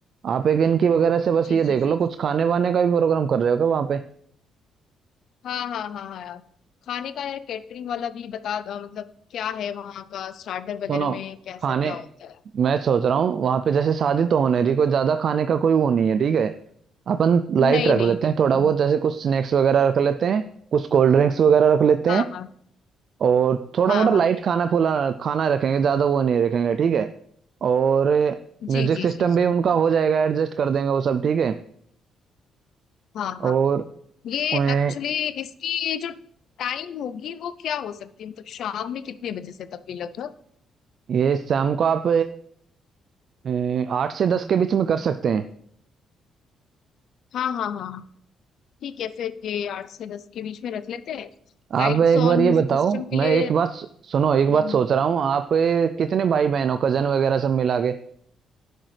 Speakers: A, on the right; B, on the left.
A: आप एक इनकी वगैरह से बस
B: जी
A: ये
B: जी
A: देख
B: जी
A: लो
B: जी।
A: कुछ खाने वाने का भी प्रोग्राम कर रहे हो क्या वहां पे
B: हाँ हाँ हाँ हाँ यार खाने का यार कैटरिंग वाला भी बता दो मतलब क्या है वहाँ का स्टार्टर वगैरह
A: सुनो
B: में कैसा
A: खाने
B: क्या होता है
A: मैं सोच रहा हूँ वहां पे जैसे शादी तो होने रही कोई ज्यादा खाने का कोई वो नहीं है ठीक है अपन लाइट
B: नहीं
A: रख
B: नहीं
A: लेते
B: नहीं
A: हैं थोड़ा
B: हाँ
A: बहुत जैसे कुछ स्नैक्स वगैरह रख लेते हैं कुछ कोल्ड ड्रिंक्स वगैरह रख लेते
B: हाँ
A: हैं और थोड़ा
B: हाँ
A: मोटा
B: हाँ हाँ
A: लाइट खाना फुला खाना रखेंगे ज्यादा वो नहीं रखेंगे ठीक है और म्यूजिक
B: जी जी
A: सिस्टम
B: जी जी
A: भी उनका हो जाएगा एडजस्ट कर देंगे वो सब ठीक है
B: हाँ हाँ
A: और
B: ये
A: अ,
B: एक्चुअली इसकी ये जो टाइम होगी वो क्या हो सकती है मतलब शाम में कितने बजे से तक भी लगभग
A: ये शाम को आप अ, आठ से दस के बीच में कर सकते हैं
B: हाँ हाँ हाँ हाँ ठीक है फिर ये आठ से दस के बीच में रख लेते हैं
A: आप
B: लाइट्स
A: एक
B: और
A: बार
B: म्यूजिक
A: ये बताओ
B: सिस्टम के लिए
A: मैं एक बात सु- सुनो एक बात
B: हम्म
A: सोच
B: हम्म।
A: रहा हूँ आप ए, कितने भाई बहन हो कजन वगैरह सब मिला के